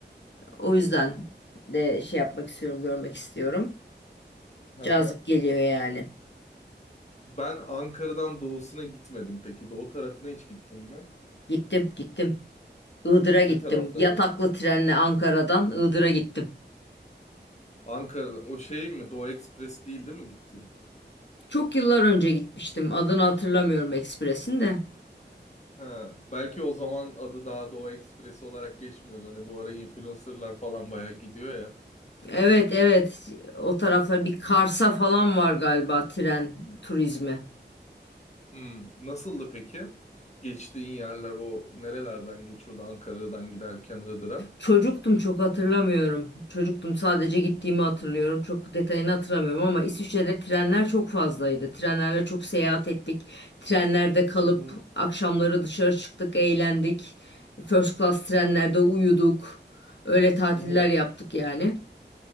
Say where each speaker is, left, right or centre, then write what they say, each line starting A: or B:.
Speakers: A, on the left; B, on the left.
A: O
B: hı.
A: yüzden
B: Hı.
A: de şey yapmak istiyorum, görmek istiyorum.
B: Hı
A: Cazip
B: hı.
A: geliyor yani.
B: Ben Ankara'dan doğusuna gitmedim peki. Doğu tarafına hiç gittin mi?
A: Gittim, gittim. Iğdır'a
B: Ne
A: gittim.
B: taraflarına?
A: Yataklı trenle Ankara'dan Iğdır'a gittim.
B: Ankara'dan. O şey mi? Doğu Ekspresi değil değil mi gittin?
A: Çok yıllar önce gitmiştim. Adını hatırlamıyorum ekspresin de.
B: Ha, belki o zaman adı daha Doğu Ekspresi olarak geçmiyordu. Hani bu ara influencerlar falan bayağı gidiyor ya.
A: Evet, evet. O taraflar bir Kars'a falan var galiba tren turizmi.
B: Hmm, nasıldı peki? Geçtiğin yerler o nerelerden geçiyordu? Ankara'dan giderken Iğdır'a.
A: Çocuktum çok hatırlamıyorum. Çocuktum sadece gittiğimi hatırlıyorum. Çok detayını hatırlamıyorum ama İsviçre'de trenler çok fazlaydı. Trenlerle çok seyahat ettik. Trenlerde kalıp
B: Hı hı.
A: akşamları dışarı çıktık, eğlendik. First class trenlerde uyuduk. Öyle tatiller
B: Hı hı.
A: yaptık yani.